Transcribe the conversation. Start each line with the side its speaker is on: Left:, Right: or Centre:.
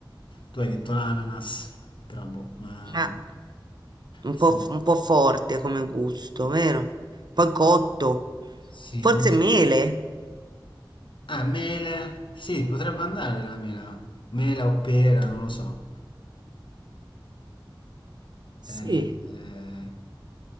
Left: Tu hai detto l'ananas, però boh, ma...
Right: Ma un
Left: Sì,
Right: po', f- un po' forte come gusto, vero? Poi cotto.
Left: Sì,
Right: Forse
Left: non so.
Right: mele?
Left: Ah, mele. Sì, potrebbe andare la mela. Mela o pera, non lo so. Eh,
Right: Sì.
Left: eh,